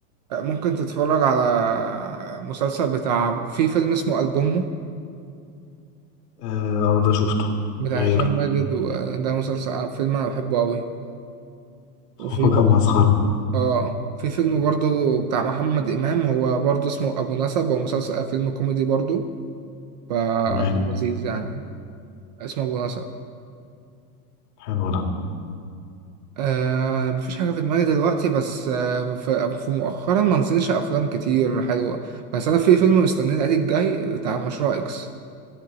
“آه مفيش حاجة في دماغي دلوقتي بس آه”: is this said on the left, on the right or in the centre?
Right